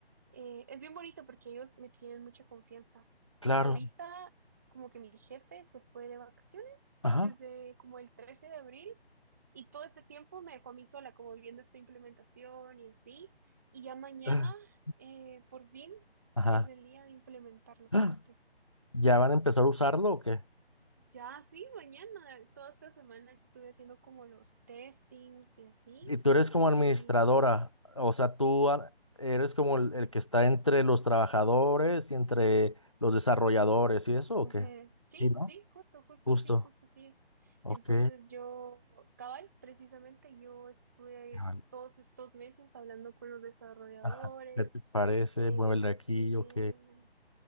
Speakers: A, on the right (about 15°); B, on the left (about 30°).
A: eh, es bien bonito porque ellos me tienen mucha confianza.
B: Claro.
A: Ahorita, como que mi jefe se fue de vacaciones
B: Ajá.
A: desde como el 13 de abril y todo este tiempo me dejó a mí sola, como viendo esta implementación y así. Y ya mañana,
B: <laughs>
A: eh, por fin,
B: Ajá.
A: es el día de implementarlo,
B: <gasps>
A: fíjate.
B: ¿Ya van a empezar a usarlo o qué?
A: Ya, sí, mañana. Toda esta semana estuve haciendo como los testings y así.
B: Y tú eres como administradora,
A: Y
B: o sea, tú a- eres como el,
A: ujú,
B: el que está entre los trabajadores y entre los desarrolladores y eso o
A: ujú,
B: qué?
A: Sí,
B: Sí, ¿no?
A: sí, justo, justo,
B: Justo.
A: sí, justo, sí.
B: Ok.
A: Entonces yo, cabal, precisamente yo estuve
B: Ajá.
A: todos estos meses hablando con los desarrolladores,
B: Ajá. ¿Qué te parece?
A: eh,
B: Mueve el de aquí,
A: pidiéndole.
B: ok.